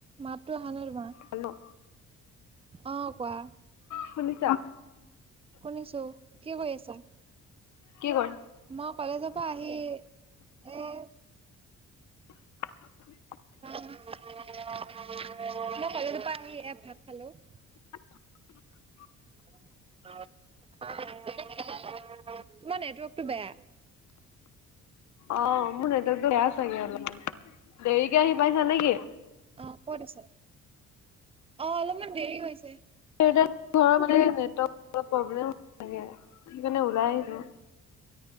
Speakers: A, on the right; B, on the left.
A: মাতটো অহা নাই তোমাৰ।
B: হেল্ল'
A: অ কোৱা।
B: শুনিছা?
A: শুনিছো। কি কৰি আছা?
B: কি কৰ
A: মই কলেজৰ পৰা আহি এই
B: <unintelligible>
A: মই কলেজৰ পৰা আহি এয়া ভাত খালো।
B: <unintelligible>
A: তোমাৰ নেটৱৰ্কটো বেয়া।
B: অ মোৰ নেটৱৰ্কটো বেয়া চাগে অলপমান। দেৰিকে আহি পাইছা নেকি?
A: অ ক'ত আছে? অ অলপমান দেৰি হৈছে।
B: এই যে ঘৰৰ মানে নেটৱৰ্কটো অলপ প্ৰব্লেম থাকে। সেইকাৰণে ওলাই আহিছো।